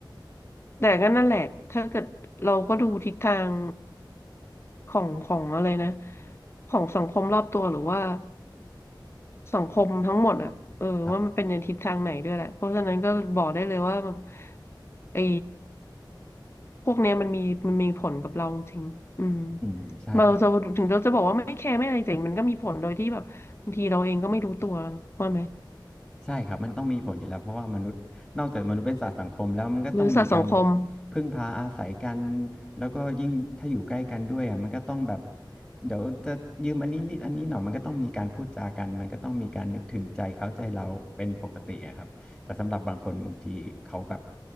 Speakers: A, on the left (about 30°); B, in the centre.
A: แต่ก็นั่นแหละถ้าเกิดเราก็ดูทิศทางของของอะไรนะของสังคมรอบตัวหรือว่า สังคมทั้งหมดอ่ะเออว่ามันเป็นในทิศทางไหนด้วยแหละเพราะฉะนั้นก็บอกได้เลยว่าแบบ
B: ครับ
A: ไอ้พวกเนี้ยมันมีมันมีผลกับเราจริงๆอืม
B: อืมใช่ครับ
A: เราจะถึงเราจะบอกว่าไม่แคร์ไม่อะไรแต่มันก็มีผลโดยที่แบบบางทีเราเองก็ไม่รู้ตัวว่าไหม
B: ใช่ครับมันต้องมีผลอยู่แล้วเพราะว่ามนุษย์นอกจากมนุษย์เป็นสัตว์สังคมแล้วมันก็ต้องมีการ
A: บริษัทสังคม
B: พึ่งพาอาศัยกันแล้วก็ยิ่งถ้าอยู่ใกล้กันด้วยอ่ะมันก็ต้องแบบเดี๋ยวจะยืมอันนี้นิดอันนี้หน่อยมันก็ต้องมีการพูดจากันมันก็ต้องมีการนึกถึงใจเขาใจเราเป็นปกติอะครับแต่สำหรับบางคนบางทีเขาแบบ